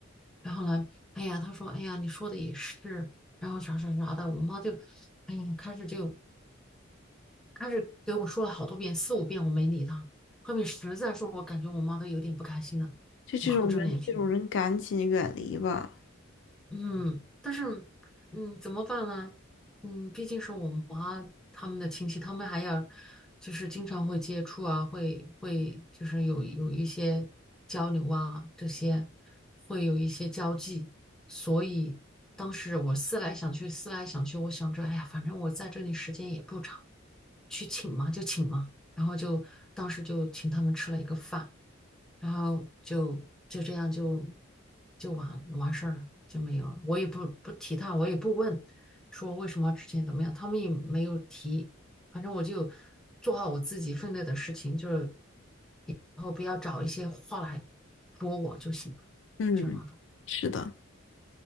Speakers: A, in the centre; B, on the left.
A: 然后呢，哎呀，他说，哎呀，你说的也是，然后啥啥啥的，我妈就，哎呀，开始就开始给我说了好多遍，四五遍，我没理他。后面实在是我感觉我妈都有点不开心了，
B: 就这种人，
A: 我厚着脸皮。
B: 这种人赶紧远离吧。
A: 嗯，但是，嗯，怎么办呢？嗯，毕竟是我妈他们的亲戚，他们还要就是经常会接触啊，会会就是有有一些交流啊，这些会有一些交际，所以当时我思来想去，思来想去，我想着，哎呀，反正我在这里时间也不长，去请嘛就请嘛，然后就当时就请他们吃了一个饭。然后就就这样就就完完事儿了，就没有了。我也不不提他，我也不问说为什么之前怎么样，他们也没有提。反正我就做好我自己分内的事情，就是然后不要找一些话来说我就行了，
B: 嗯，
A: 就是那种
B: 是的。